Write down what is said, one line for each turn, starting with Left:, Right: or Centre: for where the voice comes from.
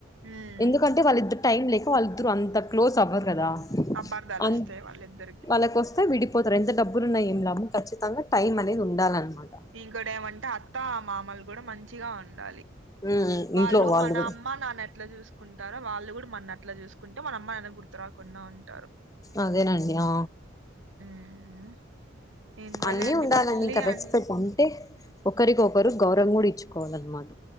Right: ఉమ్.
Left: ఎందుకంటే వాళ్ళిద్దరు టైం లేక వాళ్ళిద్దరు అంత క్లోజ్ అవ్వరు కదా
Right: అపార్థాలు
Left: అ
Right: వస్తాయి వాళ్ళిద్దరికి
Left: వాళ్ళకు వస్తే విడిపోతారు ఎంత డబ్బులు ఉన్నా ఏం లాభం ఖచ్చితంగా టైం అనేది ఉండాలన్నమాట
Right: ఇంకోడి ఏమంటే అత్త మామలు కూడా మంచిగా ఉండ ఉండాలి
Left: ఉమ్ ఇంట్లో
Right: వాళ్ళు మన
Left: కూడా
Right: అమ్మ నాన్న ఎట్లా చూసుకు కుంటారు వాళ్ళు కూడా మననట్లా చూసుకుంటే మన అమ్మా నాన్న గుర్తు రాకుండా ఉంటారు
Left: అదేనండి ఆ
Right: హ్మ్ ఏందోలేండి
Left: అన్నీ ఉండాలండి
Right: పెళ్ళి
Left: ఇంకా
Right: అన్
Left: రెస్పెక్ట్ అంటే ఒకరికొకరు గౌరవం కూడా ఇచ్చుకోవాలన్నమాట